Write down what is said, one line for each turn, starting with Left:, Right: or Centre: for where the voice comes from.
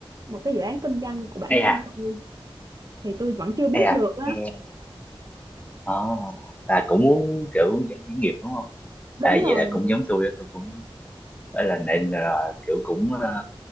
Right: một cái dự án kinh doanh của bản
Left: Ây à
Right: thân tôi thì tôi vẫn chưa biết
Left: Ây à
Right: được á
Left: nghe à, là cũng muốn kiểu dạng khởi nghiệp đúng không
Right: đúng
Left: à
Right: rồi
Left: vậy là cũng giống tôi đó tôi cũng phải là nên là kiểu cũng ờ,